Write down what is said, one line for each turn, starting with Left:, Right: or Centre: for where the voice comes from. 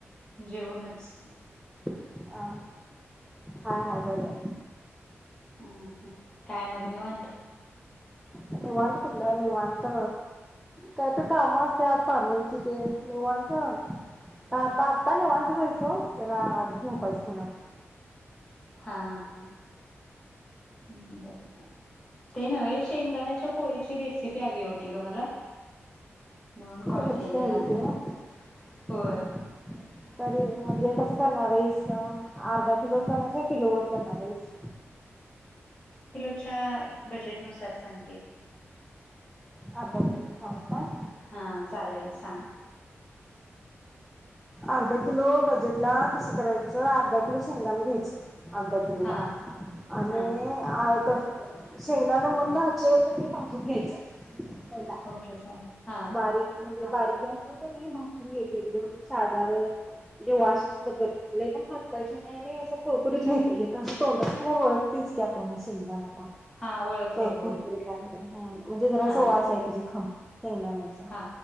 Left: जेवणच.
Centre: ह हा हाय हाय बरिय.
Left: ह काय मग निवांत?
Centre: निवांत कुठलं निवांत कायतर कामच असत्यात. पार्लरची डेट निवांत. आता आताने निवांत जायचं झोपायच जरा झोपायचं म्हणून.
Left: हा हा बर. ते नव्हे शेंगदाण्याच्या पोळीची रेसिपी हवी होती ग मला. म्हणून कॉल
Centre: रेसिपी
Left: केलेला.
Centre: हवी होती ओ
Left: होय.
Centre: हा तरी म्हणजे कसं करणार आहेस? अर्धा किलोवर करणार आहेस की किलो वर करणार आहेस?
Left: किलोच्या बजेट नुसार सांग की.
Centre: अर्धा किलो सांगू काय?
Left: हा चालेल सांग.
Centre: अर्धा किलो बजेटला कसं करायचं अर्धा किलो शेंगदान घ्यायचं. अर्धा किलोला
Left: हा
Centre: आणि
Left: हा
Centre: कस शेंगदाणा मंद आचेवर कणी भाजून घ्यायचं पहिला
Left: ओके चालेल हा..
Centre: बारीक म्हणजे बारीक गॅसवर तरी भाजून घ्यायचं आहे तरी साधारण जेव्हा अशिस पद्धत लय पण करपायच नाही. नेहमी असं कुरकुरीत व्हायला पाहिजे, असं तोंडांला टाकल्यावर ओळखतेच की आपल्याला शेंगदाणा
Left: हा ओळखते
Centre: क
Left: होय
Centre: कुरकुरीतला म्हणजे जरासा
Left: हा
Centre: वास यायला पाहिजे खमंग शेंगदाणा
Left: हा